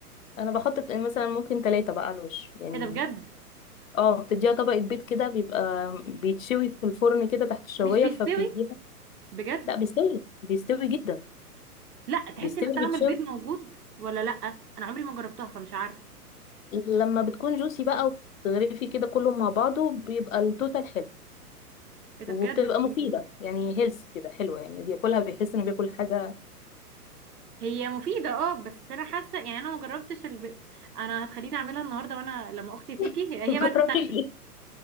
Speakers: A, on the left; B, on the right.
A: أنا بحط مثلا ممكن تلاتة بقى على الوش يعني
B: ايه ده بجد
A: اه بتديها طبقة بيض كده بيبقى بيتشوي في الفرن كده تحت الشواية
B: مش بيستوي
A: فبيديها
B: بجد
A: لا بيستوي بيستوي جدا
B: لا تحسي
A: بيستوي
B: ان طعم
A: بيتشوي
B: البيض موجود ولا لا انا عمري ما جربتها فمش عارفه
A: لما بتكون جوسي بقى وبتغرفي كده كله مع بعضه بيبقى التوتال حلو
B: ايه ده
A: وبتبقى
B: بجد
A: مفيدة
B: دي
A: يعني هيلثي كده حلوة يعني بياكلها بيحس انه بياكل حاجة
B: هي مفيده اه بس انا حاسه يعني انا ما جربتش الب... انا هتخليني اعملها النهارده وانا لما اختي تيجي
A: <laughs>
B: هي
A: جربي
B: هي بقى تستكشف